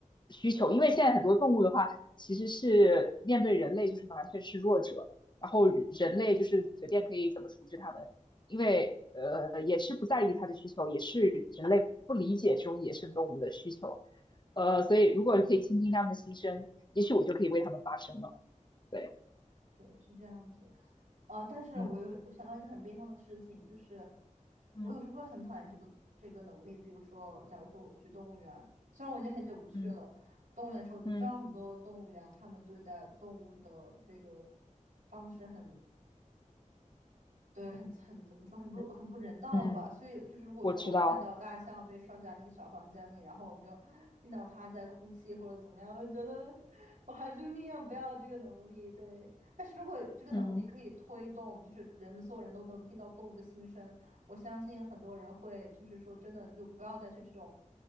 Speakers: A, on the left; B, on the right.
A: 需求，因为现在很多动物的话，其实是面对人类就是完全是弱者，然后人类就是随便可以怎么处置它们。
B: 是的，对
A: 因为呃也是不在意它的需求，也是人类不理解这种野生动物的需求，呃，
B: 对
A: 所以如果可以倾听他们的心声，也许我就可以为他们发声了。对，
B: 对，是这样子。呃，但是我又我想到一个很悲伤的事情，
A: 嗯
B: 就是
A: 嗯
B: 我有时候会很讨厌这个这个能力。比如说，假如说我去动物园，虽然我已经很久不去了，
A: 嗯
B: 动物园的时候，你知道很多动物园他们对待动物的这个
A: 嗯
B: 方式很对，很很怎么说，很不很不人道吧？
A: 嗯嗯，
B: 所以就是，如果说我看到大象被拴在那个小房间里，
A: 我知道，
B: 然后我就听到它在哭泣或者怎么样，我觉得我还是宁愿不要这个能力。对，但是如果这个能力可以推动，
A: 嗯
B: 就是人们所有人都能听到动物的心声，我相信很多人会就是说真的就不要再去这种